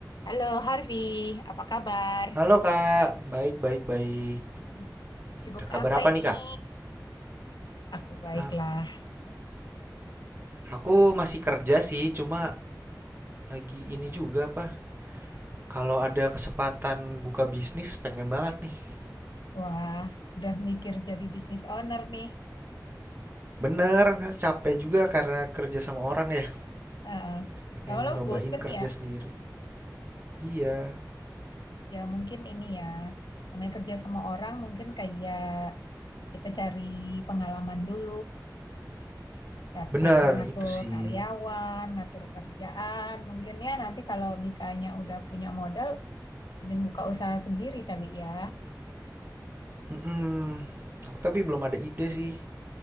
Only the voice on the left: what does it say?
Halo Harvey, apa kabar?
Mm-mm. Sibuk
apa
ini?
Aku baiklah.
Wah, udah mikir jadi bisnis owner nih.
Eh,
Lama-lama
bosen
ya?
Ya mungkin ini ya, namanya kerja sama orang mungkin kayak kita cari pengalaman dulu, ntar
ngatur-ngatur
karyawan, ngatur kerjaan. Mungkin ya nanti kalau misalnya udah punya modal, mending buka usaha sendiri kali ya.